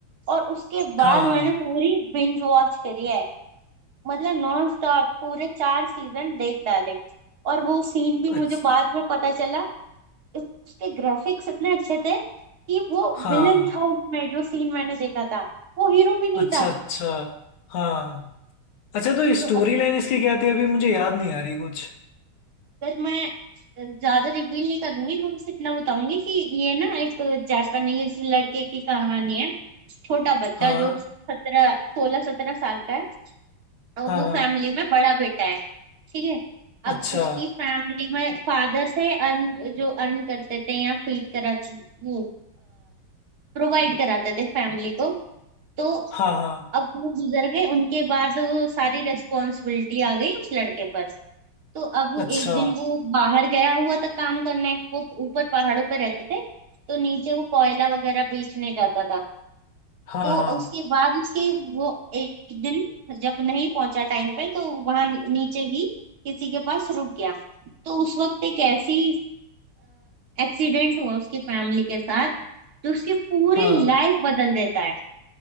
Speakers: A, on the right; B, on the left.
A: और उसके बाद
B: हाँ
A: मैंने पूरी बिंज वॉच करी है मतलब नॉन स्टॉप पूरे चार सीजन देख डाले और वो सीन भी
B: अच्छा
A: मुझे बाद में पता चला उसके ग्राफिक्स इतने अच्छे थे कि वो
B: हाँ
A: विलन था उसमें जो सीन मैंने देखा था वो हीरो भी नहीं
B: अच्छा
A: था
B: अच्छा हाँ अच्छा तो
A: तो
B: स्टोरी
A: अगर
B: लाइन इसकी क्या थी अभी मुझे याद नहीं आ रही कुछ
A: मैं ज्यादा रिवील नहीं करूंगी मैं बस इतना बताऊंगी कि ये ना एक जापानीज लड़के की कहानी है छोटा बच्चा
B: हाँ
A: जो सत्रह सोलह सत्रह साल का है और
B: हाँ
A: वो
B: हाँ
A: फैमिली में बड़ा बेटा है ठीक है
B: अच्छा
A: अब उसकी फैमिली में फादर थे अर्न जो अर्न करते थे या फीड करा वो प्रोवाइड कराते थे फैमिली को तो
B: हाँ हाँ
A: अब वो गुजर गए उनके बाद वो सारी रेस्पॉन्सिबिलिटी आ गई उस लड़के पर तो अब
B: अच्छा
A: एक दिन वो बाहर गया हुआ था काम करने वो ऊपर पहाड़ों पर रहते थे तो नीचे वो कोयला वगैरह बेचने जाता था
B: हाँ
A: तो
B: हाँ
A: उसके बाद उसके वो एक दिन जब नहीं पहुंचा टाइम पे तो वहां नीचे ही किसी के पास रुक गया तो उस वक्त एक ऐसी एक्सीडेंट हुआ उसकी फैमिली के साथ जो उसकी पूरी
B: हाँ
A: लाइफ बदल देता है